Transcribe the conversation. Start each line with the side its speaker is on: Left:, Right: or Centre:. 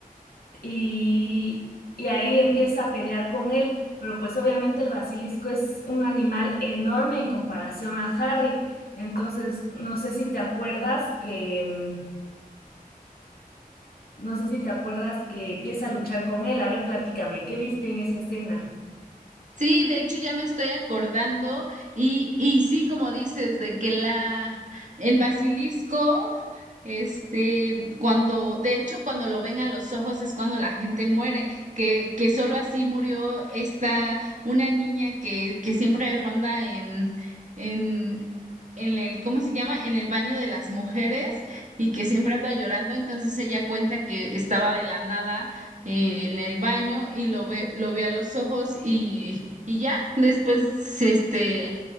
Left: y, y ahí empieza a pelear con él, pero pues obviamente el basilisco es un animal enorme en comparación a Harry. Entonces, no sé si te acuerdas que, mm, no sé si te acuerdas que empieza a luchar con él. A ver, platícame, ¿qué viste en esa escena?
Right: Sí, de hecho ya me estoy acordando y, y sí, como dices, de que la, el basilisco, este, cuando, de hecho, cuando lo ven a los ojos es cuando la gente muere, que, que solo así murió esta, una niña que, que siempre ronda en, en, en el, ¿cómo se llama? En el baño de las mujeres y que siempre anda llorando, entonces ella cuenta que estaba de la nada eh, en el baño y lo ve, lo vio a los ojos y, y ya, después, este,